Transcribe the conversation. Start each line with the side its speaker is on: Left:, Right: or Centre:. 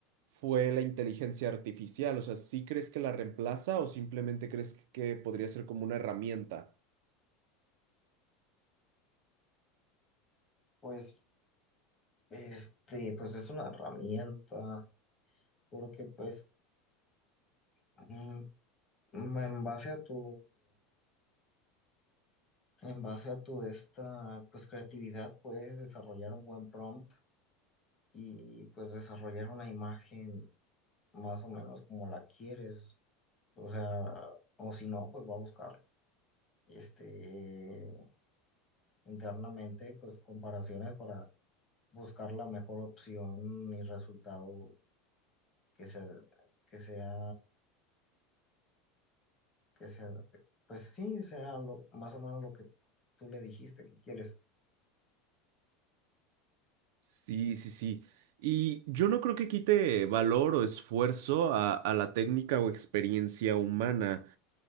Right: fue la inteligencia artificial. O sea, ¿sí crees que la reemplaza o simplemente crees que, que podría ser como una herramienta?
Left: pues Este, pues es una herramienta, porque pues mm, mm, en base a tu, en base a tu esta, pues creatividad puedes desarrollar un buen prompt y pues desarrollar una imagen más o menos como la quieres, o sea, o si no, pues va a buscar este internamente pues comparaciones para buscar la mejor opción y resultado que se que sea que sea, pues sí, sea lo, más o menos lo que tú le dijiste que quieres.
Right: Sí, sí, sí. Y yo no creo que quite valor o esfuerzo a, a la técnica o experiencia humana.